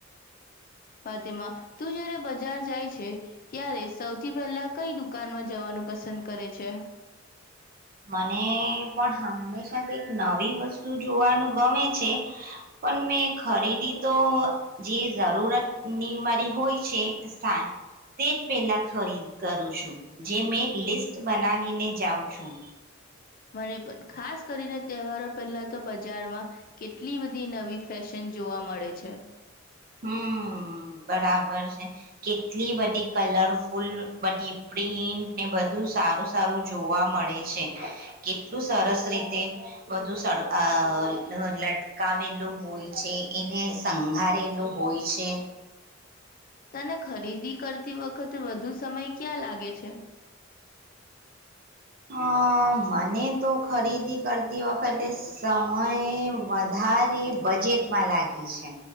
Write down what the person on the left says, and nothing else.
વામાં તું જય્યારે બજાર જાય છે ત્યારે સૌથી પહેલા કઈ દુકાનમાં જવાનું પસંદ કરે છે.
મને પણ ખાસ કરીને તહેવારો પહેલા તો બજે બજારમાં કેટલી બધી બધી નવી ફેશન જોવા મળે છે.
તને ખરીદી કરતી વખતે વધુ સમય ક્યાં લાગે છે.